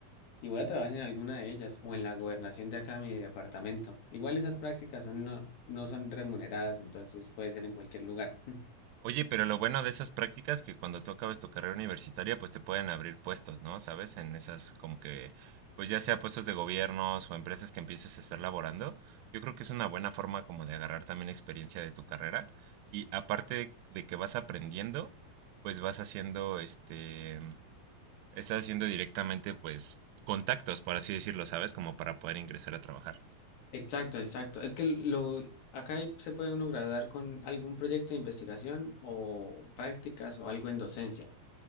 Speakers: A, on the left; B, on the right.
A: y voy a trabajar en alguna de ellas o en la gobernación de acá de mi departamento. Igual esas prácticas son, no, no son remuneradas, entonces puede ser en cualquier lugar. <laughs>
B: Oye, pero lo bueno de esas prácticas es que cuando tú acabes tu carrera universitaria, pues te pueden abrir puestos, ¿no? ¿Sabes? En esas como que, pues ya sea puestos de gobiernos o empresas que empieces a estar laborando, yo creo que es una buena forma como de agarrar también experiencia de tu carrera y aparte de que vas aprendiendo, pues vas haciendo este, estás haciendo directamente pues contactos, por así decirlo, ¿sabes? Como para poder ingresar a trabajar.
A: Exacto, exacto. Es que lo acá hay- se puede uno graduar con algún proyecto de investigación o prácticas o algo en docencia,